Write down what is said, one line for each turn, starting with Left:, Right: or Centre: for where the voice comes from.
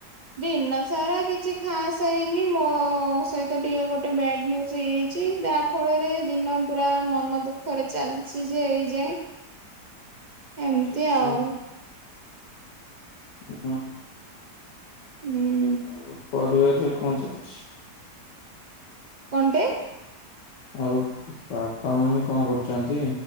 Right: ଦିନ ସାରା କିଛି ଖାସ୍ ହେଇନି, ମୋ ଅ ସହିତ ଟିକେ ଗୋଟେ ବ୍ୟାଡ୍ ନ୍ୟୁଜ୍ ହେଇଯାଇଛି, ଯାହା ଫଳରେ ଦିନ ପୁରା ମନ ଦୁଃଖରେ ଚାଲିଛି ଯେ ଏଇଯାଏଁ। ଏମତି
Left: ଆଛା
Right: ଆଉ।
Left: ହଁ।
Right: ହୁଁ।
Left: ଆଉ ପରିବାରରେ କଣ ଚାଲଛି?
Right: କଣଟେ?
Left: ଆଉ ବାପା ମମି କଣ କରୁଚନ୍ତି?